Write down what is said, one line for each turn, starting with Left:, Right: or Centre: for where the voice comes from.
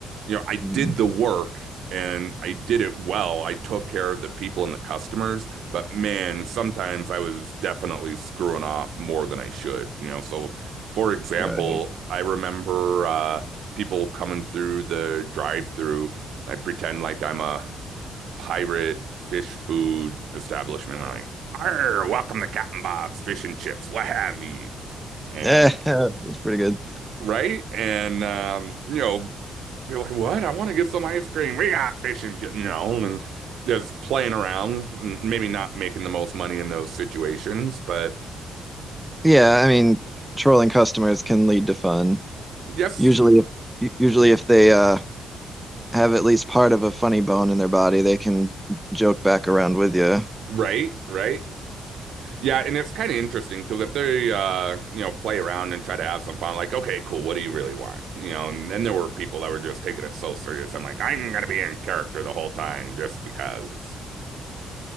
Right: you know, I did
Centre: mm,
Right: the work and I did it well. I took care of the people and the customers, but man, sometimes I was definitely screwing off more than I should, you know. So, for example,
Centre: right.
Right: I remember uh, people coming through the drive-through. I pretend like I'm a pirate fish food establishment. We're like, Arr, welcome to Captain Bob's Fish and Chips, what have you. And
Centre: Eh, <laughs> that's pretty good.
Right: right? And um, you know, be like, what? I want to get some ice cream. We got fish and chips, you know, and just playing around, n- maybe not making the most money in those situations, but
Centre: Yeah, I mean, trolling customers can lead to fun.
Right: yes,
Centre: Usually, if, usually if they uh, have at least part of a funny bone in their body, they can joke back around with you.
Right: right, right. Yeah, and it's kind of interesting because if they, uh, you know, play around and try to have some fun, like, okay, cool, what do you really want? You know, and then there were people that were just taking it so serious. I'm like, I'm gonna be in character the whole time just because.